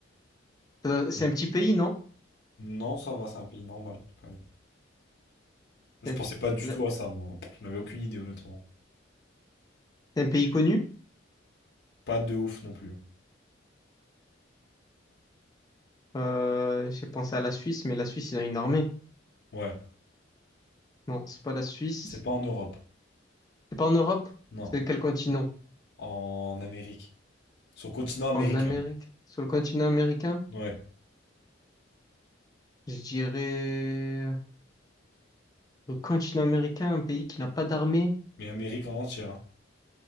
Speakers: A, on the left; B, on the left.
A: euh, C'est un petit pays, non?
B: Non, ça va, c'est un pays normal quand même. Je
A: C'est
B: pensais
A: un,
B: pas du
A: la-
B: tout à ça, moi. Je n'avais aucune idée, honnêtement.
A: c'est un pays connu?
B: Pas de ouf non plus.
A: Euh, j'ai pensé à la Suisse, mais la Suisse, ils ont une armée.
B: Ouais.
A: Non, c'est pas la Suisse.
B: C'est pas en Europe.
A: C'est pas en Europe?
B: Non.
A: C'est quel continent?
B: En Amérique. Sur le continent américain.
A: En Amérique? Sur le continent américain?
B: Ouais.
A: Je dirais le continent américain, un pays qui n'a pas d'armée.
B: Mais Amérique en entière. hein.